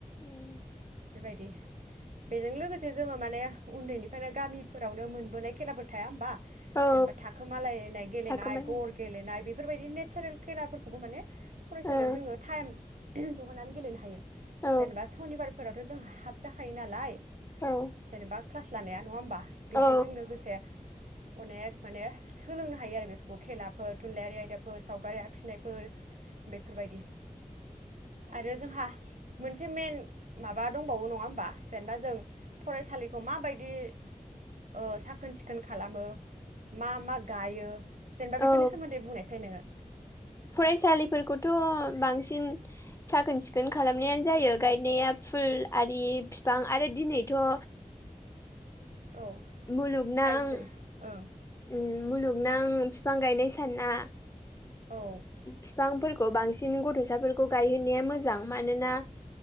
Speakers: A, on the left; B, on the right.
A: उम।
B: बायदि बेजों लोगोसे जोङो माने उन्दैनिफ्रायनो गामिफोरावनो मोनोबोनाय खेलाबो थाया होमबा
A: औ
B: जेनेबा थाखोमालायनाय गेलेनाय,
A: थाखोमालाय
B: गर गेलेनाय बेफोरबायदि नेचारेल खेलाफोरखौबो माने फरायसालियाव
A: औ
B: जोङो टाइम दिहुननानै गेलेनो हायो‌।
A: औ
B: जेनेबा सनिबार फोरावथ' जों हाबजाखायो नालाय
A: औ
B: जेनेबा क्लासलानाया नङा होमबा? बेहाय
A: औ
B: जोंनो <unintelligible> अनेक माने सोलोंनो हायो आरो बेफोरखौ खेलाफोर थुनलाइयारि आयदाफोर सावगारि आखिनायफोर बेफोरबायदि आरो जोंहा मोनसे मेन माबा दंबावो नङा होमबा जेनेबा जों फरायसालिखौ माबायदि ओ साखोन सिखोन <unintelligible> खालामो मा मा गायो? जेनेबा बेनि
A: औ
B: सोमोन्दै बुंनायसाय नोङो।
A: फरायसालिफोरखौथ' बांसिन साखोन- सिखोन खालामनायानो जायो गायनाया फुल आरि बिफां आरो दिनैथ' ओ
B: औ
A: मुलुगनां
B: फाइभ जुन
A: ओम
B: ओं
A: मुलुग नों फिफां गायनाय सानना
B: औ
A: फिफांफोर बांसिन गथ'साफोरखौ गायहोननाया मोजां मानोना